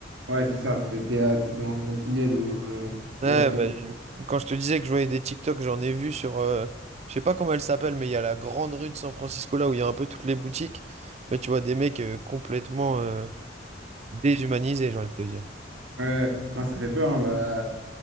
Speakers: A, on the right (about 80°); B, on the right (about 35°).
A: ouais, c'est ça. C'était t'es à- t'es dans, dans Pinhead ou euh,
B: Ouais,
A: de Last
B: bah,
A: of Us.
B: je- quand je te disais que je voyais des TikTok, j'en ai vu sur, euh, je sais pas comment elle s'appelle, mais il y a la grande rue de San Francisco là où il y a un peu toutes les boutiques. Mais tu vois des mecs euh, complètement euh, déshumanisés, j'ai envie de te dire.
A: Ouais, hein, ça fait peur. hein, bah,